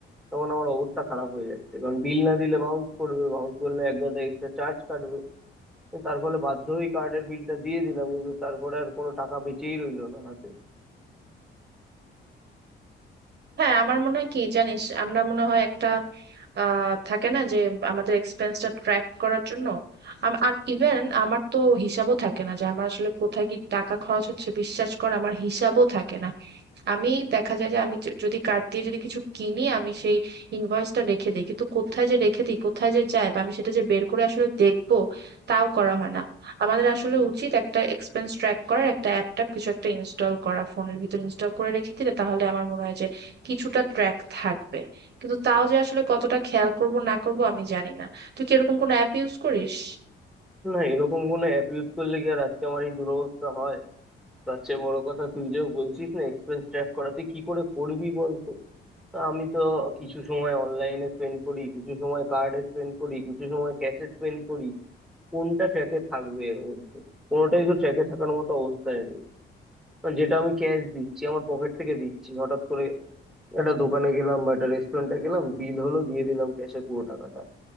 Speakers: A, in the centre; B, on the right.
A: তখন আমার অবস্থা খারাপ হয়ে যাচ্ছে কারণ বিল না দিলে বাউন্স করবে বাউন্স করলে এক গাদা এক্সট্রা চার্জ কাটবে তার ফলে বাধ্য হয়ে কার্ডের বিলটা দিয়ে দিলাম কিন্তু তারপরে আর কোনো টাকা বেঁচেই রইলো না হাতে
B: হ্যাঁ আমার মনে হয় কি জানিস আমরা মনে হয় একটা আহ থাকে না যে আমাদের এক্সপেন্সটা ট্র্যাক করার জন্য আম- আর ইভেন আমার তো হিসাবও থাকে না যে আমার আসলে কোথায় কি টাকা খরচ হচ্ছে বিশ্বাস কর আমার হিসাবও থাকে না আমি দেখা যায় যে আমি য- যদি কার্ড দিয়ে যদি কিছু কিনি আমি সেই ইনভয়েসটা রেখে দিই কিন্তু কোথায় যে রেখে দিই কোথায় যে যায় বা আমি সেটা যে বের করে আসলে দেখবো তাও করা হয় না আমাদের আসলে উচিত একটা এক্সপেন্স ট্র্যাক করার একটা অ্যাপ ট্যাপ কিছু একটা ইনস্টল করা ফোনের ভিতর ইনস্টল করে রেখে দিলে তাহলে আমার মনে হয় যে কিছুটা ট্র্যাক থাকবে কিন্তু তাও যে আসলে কতটা খেয়াল করব না করব আমি জানি না তুই কি এরকম কোনো অ্যাপ ইউজ করিস
A: না এরকম কোনো অ্যাপ ইউজ করলে কি আর আজকে আমার এই দুরবস্থা হয় তার চেয়ে বড় কথা তুই যে বলছিস না এক্সপেন্স ট্র্যাক করা তুই কি করে করবি বলতো তা আমি তো কিছু সময় অনলাইনে স্পেন্ড করি কিছু সময় কার্ডে স্পেন্ড করি কিছু সময় ক্যাশে স্পেন্ড করি কোনটা ট্র্যাকে থাকবে এর মধ্যে কোনোটাই তো ট্র্যাকে থাকার মতো অবস্থায় নেই কারণ যেটা আমি ক্যাশ দিচ্ছি আমার পকেট থেকে দিচ্ছি হঠাৎ করে একটা দোকানে গেলাম বা একটা রেস্টুরেন্টে গেলাম বিল হলো দিয়ে দিলাম ক্যাশে পুরো টাকাটা